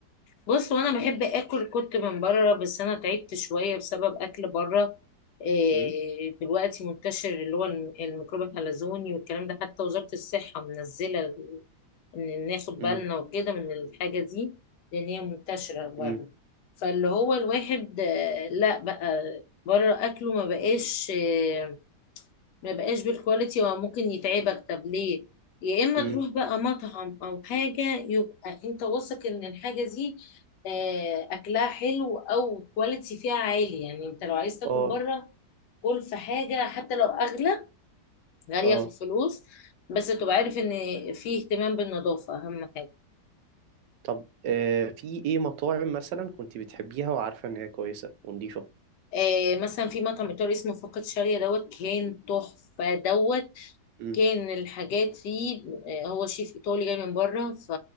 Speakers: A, on the left; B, on the right.
A: بص وانا بحب اكل كنت من بره بس انا تعبت شويه بسبب اكل بره إيه،
B: مم.
A: دلوقتي منتشر اللي هو الم- الميكروب الحلزوني والكلام ده حتى وزاره الصحه منزله ان ناخد
B: مم.
A: بالنا وكده من الحاجه دي لان هي منتشره بره
B: مم.
A: فاللي هو الواحد آه، لا بقى بره اكله ما بقاش آه، ما بقاش بالكواليتي وممكن يتعبك طب ليه يا اما
B: مم.
A: تروح بقى مطعم او حاجه يبقى انت واثق ان الحاجه دي آه، اكلها حلو او كواليتي فيها عالي يعني انت لو عايز تاكل
B: اه
A: بره كل في حاجه حتى لو اغلى غاليه
B: اه
A: في الفلوس بس تبقى عارف ان في اهتمام بالنظافه اهم حاجه
B: طب آه، في ايه مطاعم مثلا كنت بتحبيها وعارفة ان هي كويسة ونضيفة
A: آه مثلا في مطعم ايطالي اسمه فقط شاريه دوت كان تحفه دوت
B: امم
A: كان الحاجات فيه آه، هو شيف ايطالي جاي من بره ف-